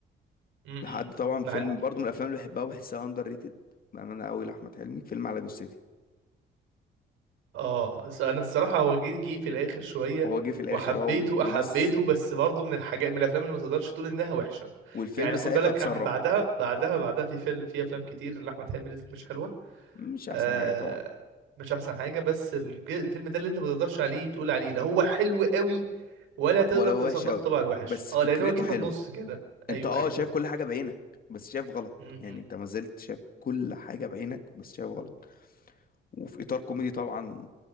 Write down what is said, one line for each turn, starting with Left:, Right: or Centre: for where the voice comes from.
Right: امم امم.
Left: لحد طبعا فيلم
Right: عند
Left: برضه من الأفلام اللي بحبها وبحسها أندر ريتد بأمانة أوي لأحمد حلمي فيلم على جثتي
Right: اه س- انا الصراحه هو جه جه في الاخر شويه
Left: وهو جه في الاخر
Right: وحبيته
Left: اهو وناس
Right: حبيته بس برضه من الحاجات من الافلام اللي ما تقدرش تقول انها وحشه
Left: والفيلم
Right: يعني
Left: ساعتها
Right: خد بالك
Left: اتسرب
Right: أحمد بعدها بعدها بعدها في فيلم في افلام كتير لاحمد حلمي نزلت مش حلوه
Left: مش احسن
Right: آه
Left: حاجه طبعا
Right: مش احسن حاجه بس الج- الفيلم ده اللي انت ما تقدرش عليه تقول عليه لا هو حلو قوي ولا تقدر
Left: ولو
Right: تصنفه
Left: وحش قوي
Right: طبعا وحش
Left: بس
Right: اه
Left: فكرته
Right: لان هو جه في
Left: حلوه
Right: النص كده
Left: انت
Right: ايوه
Left: اه
Right: ايوه
Left: شايف
Right: ايوه
Left: كل حاجه بعينك بس شايف غلط
Right: امم
Left: يعني انت ما زلت شايف كل حاجه بعينك بس شايف غلط وفي اطار كوميدي طبعا